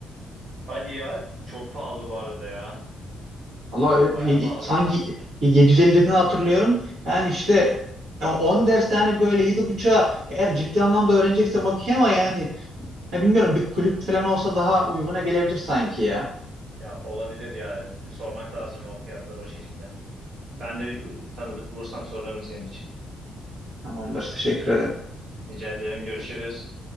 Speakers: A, on the right (about 55°); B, on the right (about 85°).
A: Hadi ya çok pahalı bu arada ya.
B: Allah öyle-
A: Baya
B: ye- ye-
A: pahalı.
B: sanki 750 dediğini hatırlıyorum. Yani işte e, 10 derste hani böyle 7.5'a eğer ciddi anlamda öğreneceksem okey ama yani ya bilmiyorum bir kulüp falan olsa daha uyguna gelebilir sanki ya.
A: Ya olabilir ya. Sormak lazım o fiyatları o şekilde. Ben de tanıdık bulursam sorarım senin için.
B: Tamamdır. Teşekkür ederim.
A: Rica ederim. Görüşürüz.